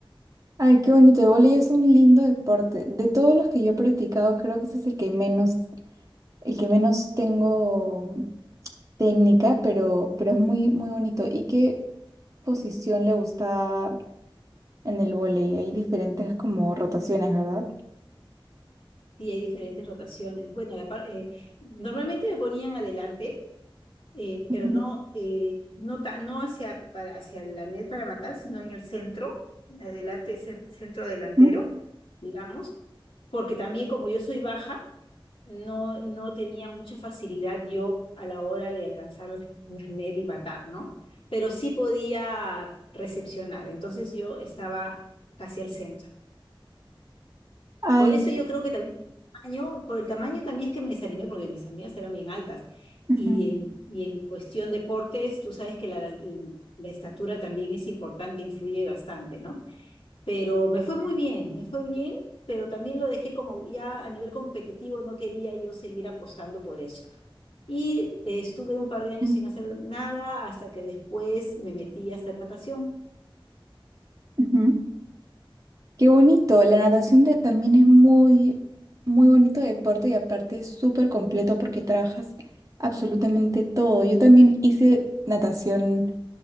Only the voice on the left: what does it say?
Y hay diferentes rotaciones. Bueno, la par- eh, normalmente me ponían adelante, eh, pero
no, eh, no, ta- no hacia, para, hacia la net para matar, sino en el centro, adelante, ce- centro delantero,
digamos. porque también como yo soy baja, no, no tenía mucha facilidad yo a la hora de alcanzar la, <laughs> la net y matar, ¿no? Pero sí podía recepcionar, entonces yo estaba casi al centro.
Por eso yo creo que también tamaño- por el tamaño también es que me desanimé porque mis amigas eran bien altas. Y,
en- y en cuestión deportes, tú sabes que la, la estatura también es importante, influye bastante, ¿no? pero me fue muy bien, me fue bien, pero también lo dejé como ya a nivel competitivo, no quería yo seguir apostando por eso. Y eh, estuve un par de años
sin hacer nada hasta que después me metí a hacer natación.